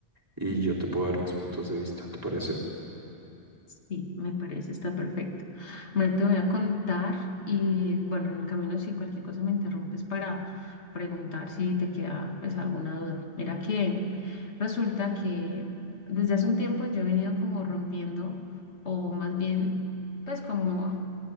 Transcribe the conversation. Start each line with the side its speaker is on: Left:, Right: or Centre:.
Right: y yo te puedo dar mis puntos de vista, ¿te parece?
Left: Sí, me parece, está perfecto. Bueno, te voy a contar y bueno, en el camino si cualquier cosa me interrumpes para preguntar si te queda pues alguna duda. Mira que resulta que desde hace un tiempo yo he venido como rompiendo o más bien pues como